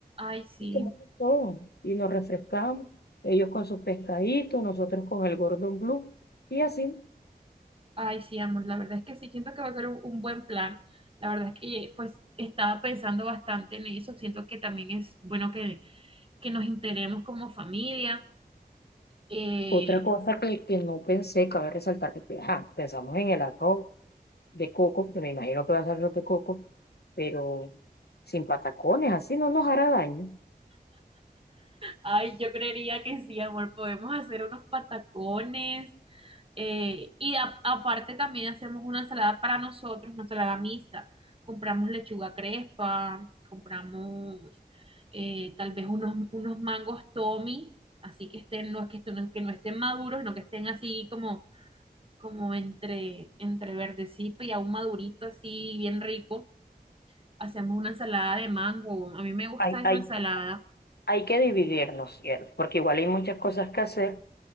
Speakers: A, on the right (about 35°); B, on the left (about 80°).
A: ay sí,
B: y tomamos todo. Y nos refrescamos, ellos con sus pescaditos, nosotros con el Gordon Blue y así.
A: ay sí, amor, la verdad es que sí, siento que va a ser un, un buen plan. La verdad es que pues estaba pensando bastante en eso, siento que también es bueno que, que nos integremos como familia. eh,
B: Otra cosa que, que no pensé, cabe resaltar que pues, ajá, pensamos en el arroz de coco, que me imagino que va a ser arroz de coco, pero sin patacones, así no nos hará daño.
A: ay, yo creería que sí, amor, podemos hacer unos patacones Eh, y a- aparte también hacemos una ensalada para nosotros, una ensalada mixta. Compramos lechuga crespa, compramos eh, tal vez unos, unos mangos Tommy, así que estén, no es que, estén- no es que no estén maduros, sino que estén así como, como entre, entre verdecito y aún madurito, así bien rico. Hacemos una ensalada de mango. A mí me gusta
B: Hay,
A: esa
B: hay
A: ensalada.
B: hay que dividirnos, cielo, porque igual hay muchas cosas que hacer